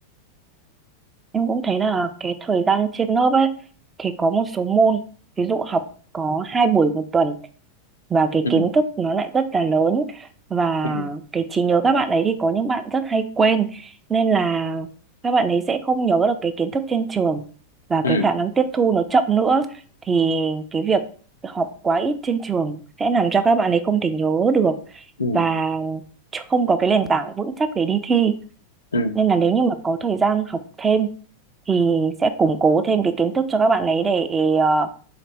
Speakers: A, on the right; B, on the left.
A: Em cũng thấy là cái thời gian trên lớp ấy thì có một số môn ví dụ học có hai buổi một tuần và cái
B: ừ,
A: kiến thức nó lại rất là lớn và
B: ừ,
A: cái trí nhớ các bạn ấy thì có những bạn rất hay quên nên là các bạn ấy sẽ không nhớ được cái kiến thức trên trường và
B: ừ,
A: cái khả năng tiếp thu nó chậm nữa thì cái việc học quá ít trên trường sẽ làm cho các bạn ấy không thể nhớ được
B: ừ,
A: và không có cái nền tảng vững chắc để đi thi
B: ừ,
A: nên là nếu như mà có thời gian học thêm thì sẽ củng cố thêm cái kiến thức cho các bạn ấy để ờ,